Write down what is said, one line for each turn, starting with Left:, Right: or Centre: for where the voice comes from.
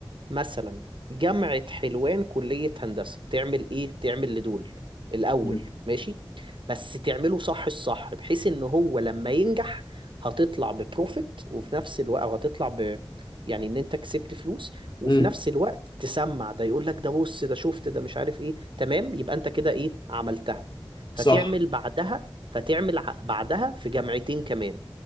Right: مثلا جامعة حلوان كلية هندسة تعمل ايه تعمل لدول الاول
Left: مم.
Right: ماشي بس تعمله صح الصح بحيث ان هو لما ينجح هتطلع ببروفيت وفي نفس الوقت او هتطلع ب يعني ان انت كسبت فلوس وفي
Left: مم.
Right: نفس الوقت تسمع ده يقول لك ده بص ده شفت ده مش عارف ايه تمام يبقى انت كده ايه عملتها فتعمل
Left: صح
Right: بعدها فتعمل ع- بعدها في جامعتين كمان